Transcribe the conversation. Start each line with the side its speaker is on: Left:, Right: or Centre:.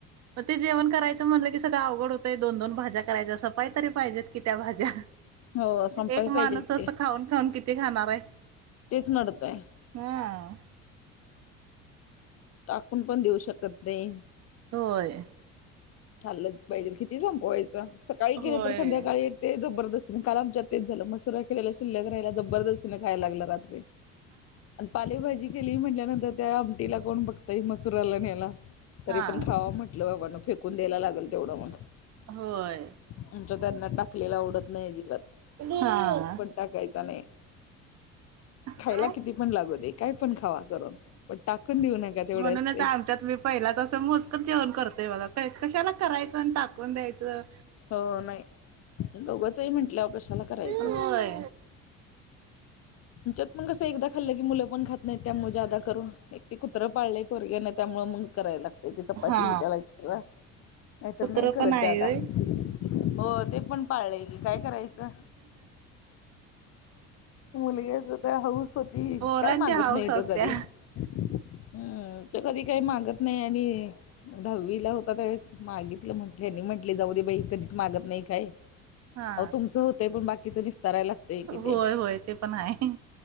Right: म ते जेवण करायचं म्हणलं की सगळं अवघड होतंय दोन दोन भाज्या करायच्या सपाय तरी पाहिजेत की त्या भाज्या.
Left: हो संपाय
Right: एक
Left: पाहिजेत
Right: माणूस
Left: की
Right: अस खाऊन खाऊन किती खाणाराय.
Left: तेच नडतय.
Right: हां.
Left: टाकून पण देऊ शकत नाही
Right: होय.
Left: खाल्लाच पाहिजेल, किती संपवायचं सकाळी
Right: होय
Left: केलं तर संध्याकाळी ते जबरदस्तीने, काल आमच्यात तेच झालं मसुरा केलेला शिल्लक रहाला, जबरदस्तीने खायला लागला रात्री. आणि पालेभाजी केली, म्हंटल्यानंतर त्या आमटीला कोण बघताय मसुराला न हेला. तरी
Right: हा
Left: पण खावा म्हटलं बाबानो, फेकून द्यायला लाग तय तेवढ मग,
Right: होय
Left: आमच्या त्यांना टाकलेल आवडत नाही अजिबात.
Right: हा
Left: टाकायच नाही, खायला
Right: हा
Left: किती पण लागू दे. काय पण खावा करून पण, टाकून देऊ नका तेवढे
Right: म्हणूनच
Left: असते.
Right: आमच्यात मी पहिलाच असं मोजकच जेवण करतोय बघा, काय कशाला करायचं आणि टाकून द्यायचं?
Left: हो, नाही दोघच आहे म्हंटल्यावर कशाला करायचं?
Right: होय
Left: आमच्यात पण कसं एकदा खाल्लं की, मुलं पण खात नाहीत. त्यामुळे जादा करून, एक ते कुत्रं पाळलंय पोरग्यानं आणि त्यामुळं मग कराय लाग त ते चपाती
Right: हा
Left: त्याला एक्स्ट्रा, नाहीतर
Right: कुत्र
Left: नाही करत
Right: पण आहे
Left: जादा.
Right: होय
Left: हो ते पण पाळलंय की, काय करायचं मुलग्याचं हौस होती,
Right: पोरांची
Left: काय मागत
Right: हाऊस
Left: नाही
Right: असत्या
Left: तो कधी हम्म, त्यो कधी काही मागत नाही आणि दहावीला होता, त्यावेळेस मागितलं म्हटले ह्यांनी म्हट ले जाऊदे कधीच मागत नाही काय,
Right: हा
Left: अहो तुमचं होतंय पण बाकीचं डीस् करायला लागतंय की
Right: होय
Left: ते.
Right: होय ते पण आहे